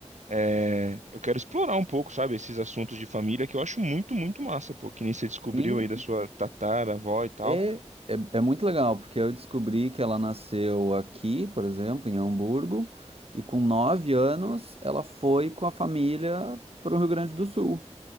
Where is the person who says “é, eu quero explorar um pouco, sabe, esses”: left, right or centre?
Right